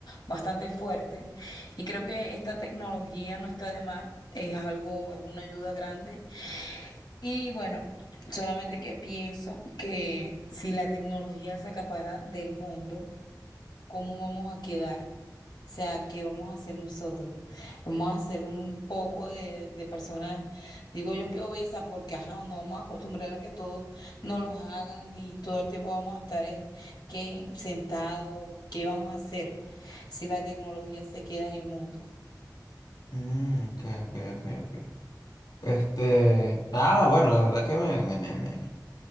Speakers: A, on the left (about 80°); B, on the left (about 75°).
A: bastante fuerte y creo que esta tecnología no está de más, es algo, es una ayuda grande. Y bueno, solamente que pienso que si la tecnología se acapara del mundo, ¿cómo vamos a quedar? O sea, ¿qué vamos a hacer nosotros? Vamos a hacer un poco de, de personas, digo yo que obesas, porque ajá, nos vamos a acostumbrar a que todos nos los hagan y todo el tiempo vamos a estar eh, que sentados, ¿qué vamos a hacer si la tecnología se queda en el mundo?
B: Mm, ok, ok, ok, ok. Este, nada, bueno, la verdad que me, me- me- me- me-